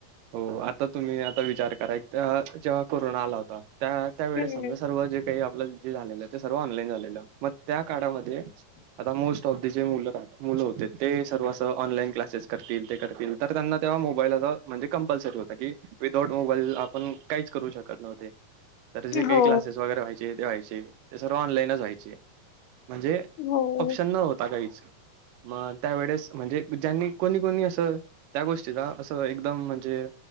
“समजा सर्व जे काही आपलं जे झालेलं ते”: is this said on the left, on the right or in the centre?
Right